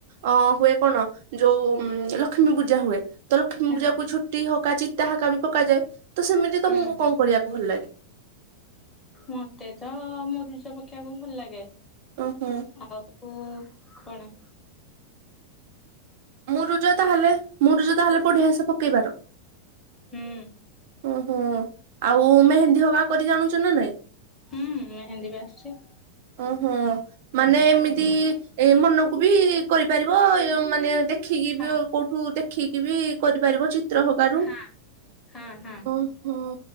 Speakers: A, on the right (about 50°); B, on the left (about 20°).
A: ଅ ହୁଏ କଣ ଯଉ ଲକ୍ଷ୍ମୀ ପୂଜା ହୁଏ। ତ ଲକ୍ଷ୍ମି
B: ହଁ
A: ପୂଜାକୁ ଝୋଟି ହକା ଚିତା ହାକା ବି ପକାଯାଏ ତ ସେମିତି
B: ହୁଁ
A: ତମକୁ କଣ କରିବାକୁ ଭଲ ଲାଗେ?
B: ମତେ ତ ମରୁଜ ପକେଇବାକୁ ଭଲ ଲାଗେ।
A: ଓ ହୋ। <inaudible>
B: ଆଉ କଣ?
A: ମୁରୁଜ ତାହେଲେ ମୁରୁଜ ତାହେଲେ ବଢ଼ିଆସେ ପକେଇପାର।
B: ହୁଁ
A: ହୁଁ ହୁଁ ଆଉ ମେହେନ୍ଦୀ ହକା କରି ଜାଣୁଛ ନା ନାଇଁ?
B: ହୁଁ ମେହେନ୍ଦୀ ବି ଆସୁଛି।
A: ହଁ ହଁ ମାନେ ଏମିତି ଏ ମନକୁ ବି କରିପାରିବ ମାନେ ଦେଖିକି
B: ହଁ
A: ବି କଉଠୁ ଦେଖିକି ବି କରିପାରିବ ଚିତ୍ର ହକାରୁ
B: ହଁ। <inaudible> ହଁ ହଁ।
A: ଓହୋ